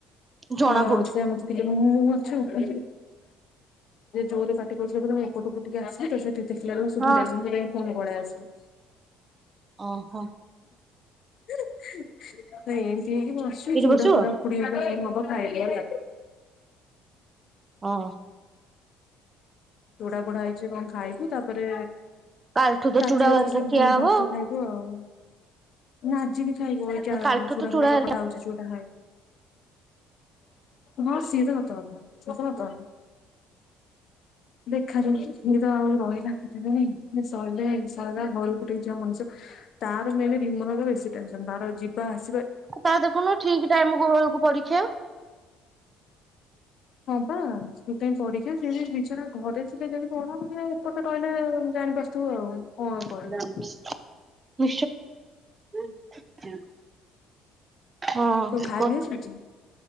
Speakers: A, on the right; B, on the left.
A: ଜଣା
B: ହଁ
A: ପଡୁଛି।
B: ସେ ମତେ ଟିକେ ମୁଁ ଅଛି ଉପରେ। ଜୋରେ ପାଟି କରୁଛନ୍ତି ଏପଟ କୁ ଟିକେ ଆସିଲି ତ ଦେଖିଲା ବେଳକୁ ସବୁ
A: ହଁ।
B: ମାମୁଁ ମାଇଁ ପୁଣି ପଲେଇ ଆସି <inaudible>
A: ଓହୋ।
B: <unintelligible> ଏଇ ବସିଚ୍
A: ଏଇଠି
B: ଚୁଡା
A: ବସିବ?
B: ଫୁାଡା ଫୁଣି ହବ ଖାଇଲେ ହେଲା।
A: ହଁ
B: ପୋଡା ପୋଡା ହେଇଛି କଣ ଖାଇବୁ ତାପରେ
A: କାଲିଠୁ
B: ରାତିରେ
A: ଚୁଡା ହେରିକା
B: ତ ସେ
A: ଖିଆ ହବ
B: ଭାତ ଖାଇବୁ ଆଉ ନା ଆଜିି ଏଇାଉୁ ଚୁଡା
A: ଆଉ କାଲିଠୁ ତ
B: ଫୁଡ଼ା
A: ହେରିକା
B: ଚକଟା ହଉଛି ଚୁଡାଏ ବାଷି ତ ଥା ଥା ସେଥା ଦେଖାରେ ଏ ତ ଆଉ ରହିଲା କେତେ ଦିନି ସିଇଲେ ସରିଲା ଘରକୁ ଟିକେ ଜିବ ମଣିଷ ତାର ମେନ୍ ରିମନର ବେଶୀ ଟେନସନ ତାର ଯିବା ଆସି
A: ତା ଦେଖନୁ ଠିକ ଟାଇମ କୁ ବେଳକୁ ପରୀକ୍ଷା।
B: ହଁ ପା ସେଥିାପାଇଁ ପଡିକ୍ଷା ସେ ବିଚରା ଘରେ ଟିକେ ଯଦି ପଢନ୍ତେ ଏପଟେ ରହିଲେ ଜାଣିପାରୁ ତୁ ଆଉ କଣ
A: <unintelligible>
B: କହିବି
A: ବିଶ। <unintelligible> ହୁଁ
B: ତୁ ଖାଇ
A: କୁ
B: ପିଇ ସାରିଛୁ